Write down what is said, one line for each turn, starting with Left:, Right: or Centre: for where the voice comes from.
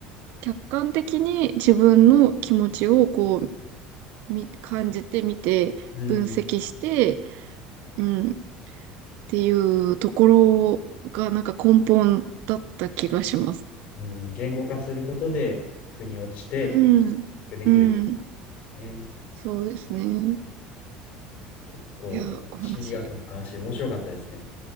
Right: 客観的に自分の気持ちをこう、み、感じてみて、
Left: うん、
Right: 分析して、うん、っていうところが、なんか根本だった気がします。
Left: うん、言語化することで、腑に落ちて、
Right: うん、
Left: できる
Right: うん。
Left: ね。
Right: そうですね。
Left: 結構、
Right: いや、お話。
Left: 心理学の話、
Right: い
Left: 面白かったですね。